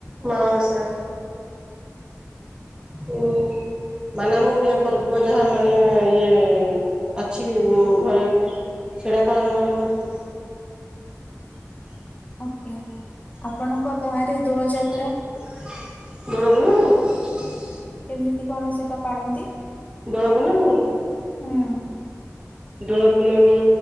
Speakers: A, on the right; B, on the left.
A: ମାଣବସା। ହୁଁ। ମାନେ ଆମ ଓଡିଆ ପର୍ବ ଯାହା ମାନେ ଇଏ ଅଛି ଘରେ। ଟା ପାଳନ କରାହଉଛି।
B: ଓକେ ଆପଣଙ୍କ ଗାଁରେ ଦୋଳ ଯାତ
A: ଦୋଳପୂର୍ଣ୍ଣମୀ।
B: କେମିତି କଣ ସେଇଟା ପାଳନ୍ତି
A: ଦୋଳ ପୂର୍ଣ୍ଣମୀ
B: ହୁଁ।
A: ଦୋଳ ପୂର୍ଣ୍ଣମୀ